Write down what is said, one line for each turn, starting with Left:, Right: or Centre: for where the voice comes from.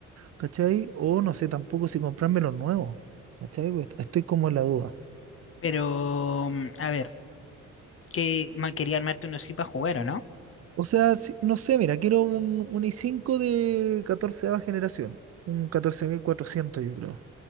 Right: ¿cachai? O no sé tampoco si comprarme los nuevos, ¿cachai? Pues estoy como en la duda.
Left: Pero, mm, a ver, que ma- quería armarte uno así para jugar, ¿o no?
Right: O sea, si- no sé, mira, quiero un, un i cinco de catorceava generación. Un 14400, yo creo.